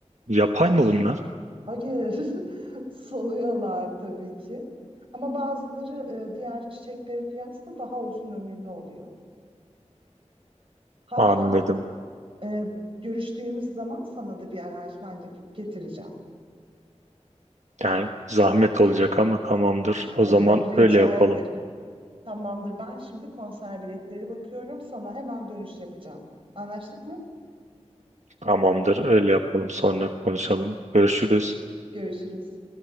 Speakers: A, on the right (about 75°); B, on the right (about 50°).
A: Yapay
B: Ya,
A: mı
B: s-
A: bunlar?
B: hayır, <laughs> soluyorlar tabii ki. Ama bazıları e, diğer çiçeklere kıyasla daha uzun ömürlü oluyor. Hatta
A: Anladım.
B: Ee, görüştüğümüz zaman sana da bir aranjman yapıp getireceğim.
A: Yani zahmet olacak ama tamamdır.
B: Ay
A: O zaman
B: yok rica
A: öyle yapalım.
B: ederim. Tamamdır ben şimdi konser biletleri bakıyorum. Sana hemen dönüş yapacağım. Anlaştık mı?
A: Tamamdır, öyle yapalım. Sonra konuşalım. Görüşürüz.
B: Görüşürüz.